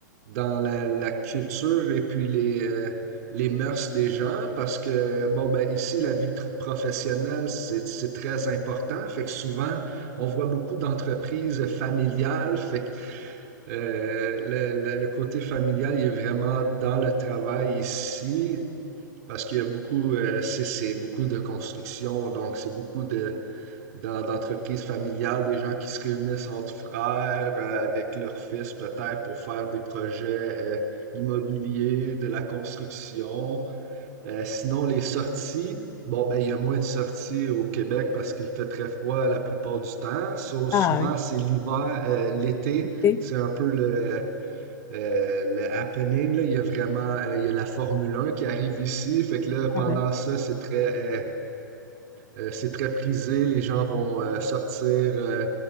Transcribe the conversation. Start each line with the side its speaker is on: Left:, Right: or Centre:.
Right: dans la, la culture et puis les, euh, les mœurs des gens parce que, bon, ben ici, la vie tr- professionnelle, c'est, c'est très important. Fait que souvent, on voit beaucoup d'entreprises familiales. Fait que euh, le, le- le côté familial, il est vraiment dans le travail ici parce qu'il y a beaucoup, euh, c'est, c'est beaucoup de construction, donc c'est beaucoup de dans l'entreprise familiale, des gens qui se réunissent entre frères euh, avec leurs fils peut-être pour faire des projets euh, immobiliers, de la construction. Euh, sinon, les sorties, bon ben il y a moins de sorties au Québec parce qu'il fait très froid la plupart du temps. So, souvent
Left: Ah oui.
Right: c'est l'hiver, euh, l'été,
Left: Et,
Right: c'est un peu le euh, le happening, là, il y a vraiment euh, il y a la Formule 1 qui arrive ici, fait que là
Left: Ah
Right: pendant
Left: oui.
Right: ça c'est très euh, euh, c'est très prisé, les gens vont euh, sortir euh,